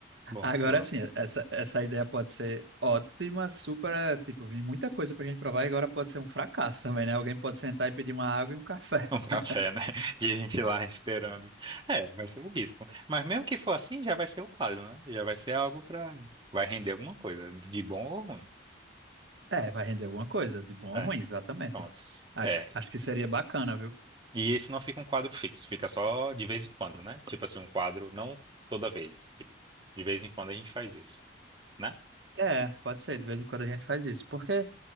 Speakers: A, on the right; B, on the right.
A: Bom,
B: Agora
A: por
B: sim, essa, essa ideia pode ser ótima, super, tipo, vem muita coisa pra gente provar e agora pode ser um fracasso também, né? Alguém pode sentar e pedir uma água e um café.
A: um café,
B: <laughs>
A: né? <laughs> E a gente lá esperando. É, vai ser o risco. Mas mesmo que for assim, já vai ser o quadro, né? Já vai ser algo pra. Vai render alguma coisa, de bom ou ruim.
B: É, vai render alguma coisa, de bom
A: É,
B: ou ruim, exatamente.
A: pronto.
B: Acho,
A: É,
B: acho que seria bacana, viu?
A: E esse não fica um quadro fixo, fica só de vez em quando, né? Tipo assim, um quadro, não toda vez. Tipo, de vez em quando a gente faz isso, né?
B: É, pode ser, de vez em quando a gente faz isso, porque